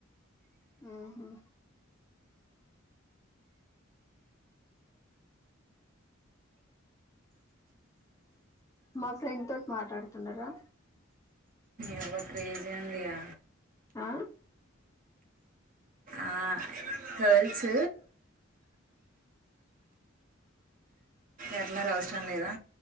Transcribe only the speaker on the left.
ఓ హా మా ఫ్రెండ్ తోటి మాట్లాడుతున్నారా
ఆ